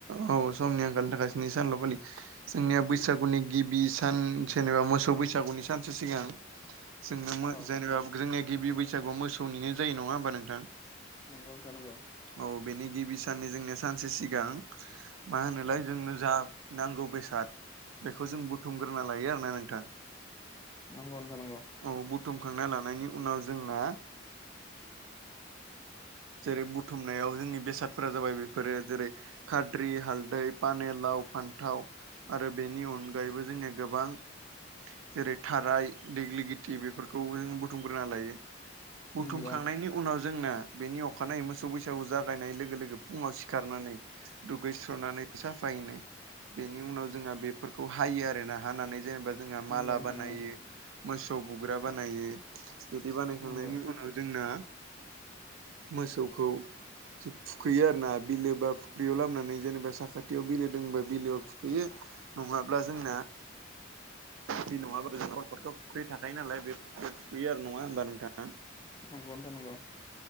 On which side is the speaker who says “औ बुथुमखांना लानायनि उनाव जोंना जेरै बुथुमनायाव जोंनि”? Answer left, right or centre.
Right